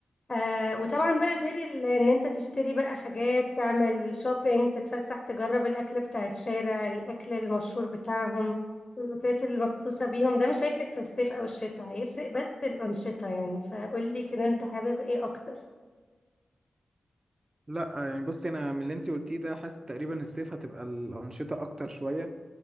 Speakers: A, on the left; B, on the right.
A: آه وطبعا بقى غير ال- ان انت تشتري بقى حاجات تعمل شوبينج تتفسح تجرب الاكل بتاع الشارع الاكل المشهور بتاعهم والاكلات المخصوصة بيهم ده مش هيفرق في الصيف او الشتاء هيفرق بس الانشطة يعني فقولي كده انت حابب ايه اكتر
B: لا يعني بصي انا من اللي انت قلتيه ده حاسس تقريبا الصيف هتبقى الانشطه اكتر شويه